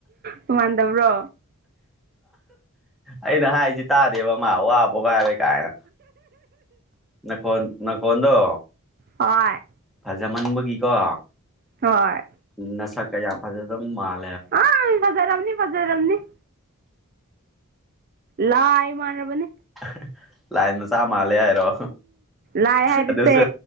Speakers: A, on the right (about 40°); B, in the centre.
A: ꯃ ꯃꯥꯟꯗꯕ꯭ꯔꯣ
B: ꯑꯩꯅ ꯍꯥꯏꯁꯤ ꯇꯥꯗꯦꯕ ꯃꯥ ꯑꯕꯕꯥꯥꯏ ꯂꯩ ꯀꯥꯏꯅ ꯅꯥꯈꯣꯟ ꯅꯥꯈꯣꯟꯗꯣ
A: ꯍꯣꯏ
B: ꯐꯖꯃꯟꯕꯒꯤꯀꯣ
A: ꯍꯣꯏ
B: ꯅꯁ ꯀ ꯌꯥ ꯐꯦ ꯑꯗꯨ ꯃꯥꯔ
A: ꯑ ꯐꯖꯔꯥꯎꯝꯅꯤ ꯐꯖꯥꯔꯝꯅꯤ ꯂꯑ ꯃꯥꯥꯟꯅ꯭ꯔꯕꯅꯤ
B: <unintelligible> ꯂꯥꯏꯟ ꯃꯆꯥ ꯃꯥꯜꯂꯦ ꯍꯥꯏꯔꯣ
A: ꯂꯥꯏ ꯍꯥꯏꯔꯤꯁꯦ
B: ꯑꯗꯨꯁꯨ